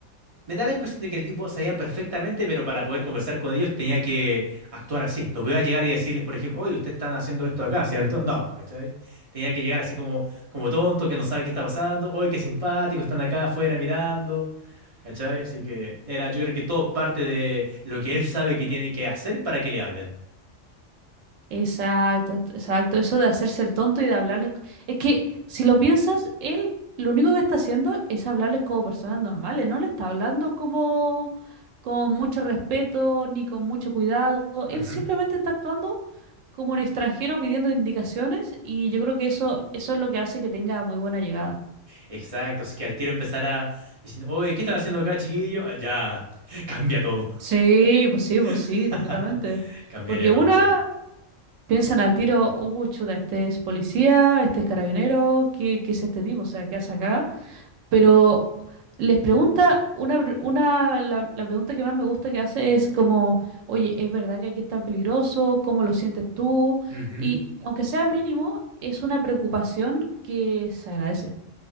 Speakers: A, on the right; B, on the right.
A: me da la impresión de que el tipo sabía perfectamente, pero para poder conversar con ellos tenía que actuar así. No podía llegar y decirles, por ejemplo, oye, ustedes están haciendo esto acá, ¿cierto? No, pues, ¿cachai? Tenía que llegar así como, como tonto, que no sabe qué está pasando. Oye, qué simpático, están acá afuera mirando. ¿Cachai? Así que era, yo creo que todo parte de lo que él sabe que tiene que hacer para que le hablen.
B: exacto, t- exacto. Eso de hacerse el tonto y de hablarles. co- Es que si lo piensas, él lo único que está haciendo es hablarles como personas normales, no le está hablando como con mucho respeto ni con mucho cuidado. Él
A: Ujú.
B: simplemente está actuando como un extranjero pidiendo indicaciones y yo creo que eso, eso es lo que hace que tenga muy buena llegada.
A: Exacto, así que al tiro empezara diciendo, oye, ¿qué están haciendo acá, chiquillo? Ah, Ya, <laughs> cambia todo.
B: Sí, pues sí, pues
A: <laughs>
B: sí, completamente.
A: Cambiaría
B: Porque
A: todo,
B: una
A: sí.
B: piensan al tiro, uh, chuta, este es policía, este es carabinero, ¿qué, qué es este tipo? O sea, ¿qué hace acá? Pero les pregunta, una, pre- una la, la pregunta que más me gusta que hace es como, oye, ¿es verdad que aquí es tan peligroso? ¿Cómo lo sientes tú?
A: Ujú.
B: Y aunque sea mínimo, es una preocupación que se agradece.